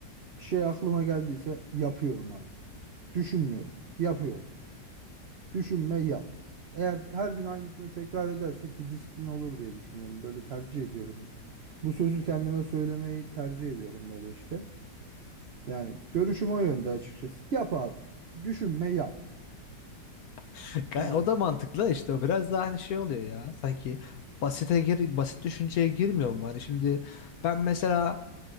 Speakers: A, on the right (about 70°); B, on the left (about 70°).
A: Bir şey aklıma geldiyse yapıyorum artık. Düşünmüyorum. Yapıyorum. Düşünme yap. Eğer her gün aynısını tekrar edersek bir disiplin olur diye düşünüyorum. Böyle tercih ediyorum. Bu sözü kendime söylemeyi tercih ediyorum böyle işte. Yani görüşüm o yönde açıkçası. Yap abi. Düşünme yap.
B: <laughs> Gay-
A: Ya
B: O da mantıklı işte. O biraz daha hani şey oluyor ya. Sanki basite gir, basit düşünceye girmiyor mu? Hani şimdi ben mesela